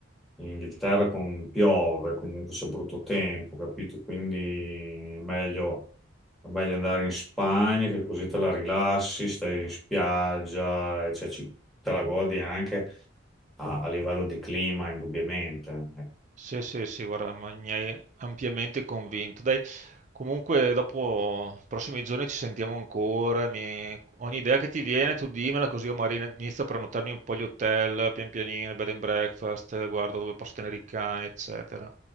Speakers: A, in the centre; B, on the right.
A: in Inghilterra con- piove, comunque c'è brutto tempo, capito? Quindi è meglio, è meglio andare in Spagna che così te la rilassi, stai in spiaggia, e cioè ci- te la godi anche a, a livello di clima, indubbiamente. Ecco.
B: Sì, sì, sì, guarda, ma mi hai ampiamente convinto. Dai, comunque dopo, i prossimi giorni ci sentiamo ancora. mi- Ogni idea che ti viene, tu dimmela così io magari inizio a prenotarmi un po' gli hotel, pian pianino, bed and breakfast, guardo dove posso tenere i cani, eccetera.